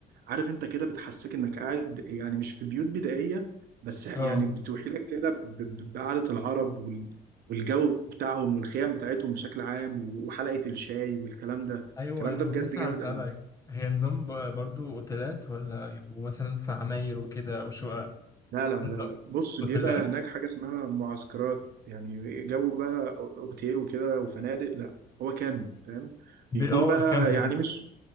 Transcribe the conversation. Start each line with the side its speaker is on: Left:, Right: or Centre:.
Right: عارف انت كده بتحسسك انك قاعد يعني مش في بيوت بدائيه بس يعني
Left: اه
Right: بتوحي لك كده ب- ب- بقعده العرب وال- والجو بتاعهم والخيام بتاعتهم بشكل عام وحلقه الشاي والكلام ده
Left: أيوه
Right: الكلام
Left: أنا
Right: ده
Left: كنت
Right: بجد
Left: لسه
Right: جامد
Left: هسألك
Right: قوي
Left: هي نظام ب- برضو أوتيلات ولا يبقوا مثلا في عماير وكده أو شقق
Right: لا لا لا
Left: نظام
Right: لا بص بيبقى
Left: أوتيلات؟
Right: هناك حاجة اسمها معسكرات يعني جو بقى اوتيل وكده وفنادق لا هو كامب فاهم
Left: ب-
Right: بيكون
Left: اه
Right: بقى
Left: الكامبينج
Right: يعني مش